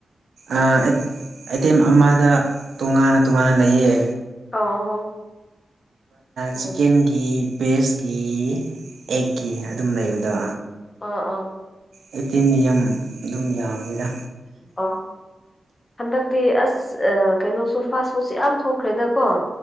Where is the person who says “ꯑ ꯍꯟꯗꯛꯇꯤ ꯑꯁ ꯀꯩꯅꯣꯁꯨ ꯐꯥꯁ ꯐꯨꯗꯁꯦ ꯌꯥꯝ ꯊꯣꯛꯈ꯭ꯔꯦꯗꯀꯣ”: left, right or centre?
Left